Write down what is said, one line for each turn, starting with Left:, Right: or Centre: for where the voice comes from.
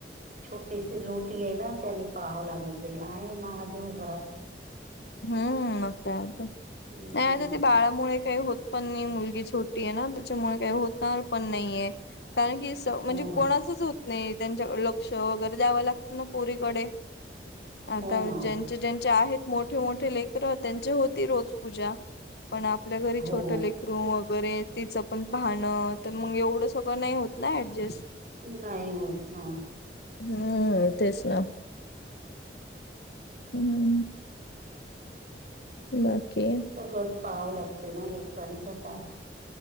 Right: छोटीशी लोटी आहे ना त्यांनी पाहावं लागत जाईल आहे महादेव घरात
Left: हम्म मग काय आता
Right: हम्म
Left: नाही आता ते बाळामुळे काही होत. पण मुलगी छोटी आहे ना त्याच्यामुळे काही होणार पण नाहीय कारण की. म्हणजे
Right: हो ना
Left: कोणाच होत नाही त्यांच्याक लक्ष वगैरे द्यावं लागतं ना पोरीकडे.. आता
Right: हो ना
Left: ज्यांचे ज्यांचे आहेत मोठे मोठे लेकर त्यांचे होती रोज पूजा.. पण आपल्या घरी
Right: हो
Left: छोट लेकरू वगैरे. तिचं पण पाहणं तर मग एवढं सगळं नाही होत ना ऍडजस्ट..
Right: नाही होत ना.
Left: हम्म तेच ना. हम्म बाकी
Right: सगळंच पाहवं लागतंय ना लेकरांचं पण